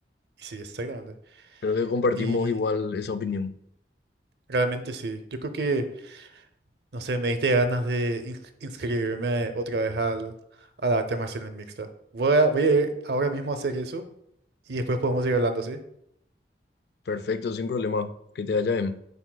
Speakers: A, on the right; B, on the left.
A: Y Sí, exactamente.
B: Creo que compartimos
A: Y
B: igual esa opinión.
A: realmente sí. Yo creo que, no sé, me diste ganas de ins- inscribirme otra vez al, a la arte marciales mixta. Voy a, voy a ir ahora mismo a hacer eso y después podemos ir hablando, ¿sí?
B: Perfecto, sin problema. Que te vaya bien.